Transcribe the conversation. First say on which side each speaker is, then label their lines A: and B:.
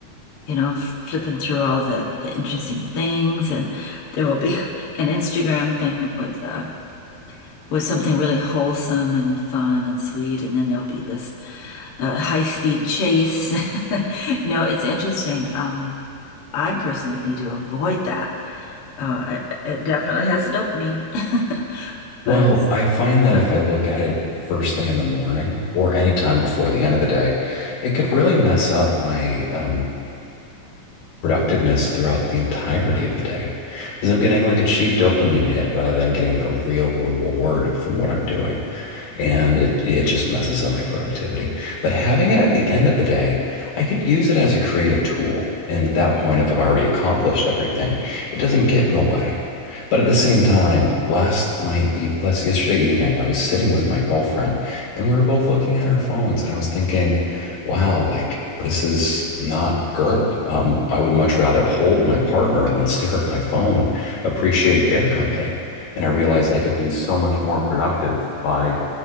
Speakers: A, on the left; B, on the left.
A: You know, I'm flipping through all the the interesting things, and there will be <laughs> an Instagram thing with uh, with something really wholesome and fun and sweet, and then there'll be this uh, high speed chase. <laughs> You know, it's interesting. Um, I personally need to avoid that. Uh, it, it definitely has dopamine, <laughs>
B: Well,
A: but it's
B: I find that
A: not
B: if
A: good.
B: I look at it first thing in the morning or any time before the end of the day, it could really mess up my um, productiveness throughout the entirety of the day because I'm getting like a cheap dopamine hit rather than getting a real reward from what I'm doing and it it just messes up my productivity. But having it at the end of the day, I could use it as a creative tool. And at that point, if I've already accomplished everything, it doesn't get in the way. But at the same time, last night, eve- last yesterday evening, I was sitting with my girlfriend and we were both looking at our phones and I was thinking, wow, like this is not good. Um, I would much rather hold my partner than stare at my phone, appreciate their company. And I realized I could be so much more productive by